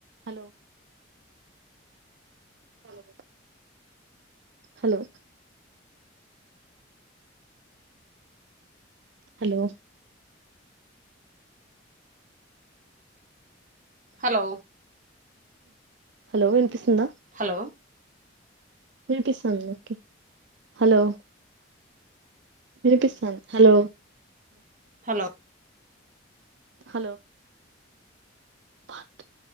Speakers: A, on the right; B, on the right.
A: hello hello hello hello
B: hello
A: ఆ hello ఇనిపిస్తుందా
B: hello
A: ఇనిపిస్థాన్ దా నీకి హలో వినిపిస్తన్ హలో
B: హలో
A: హలో వాతు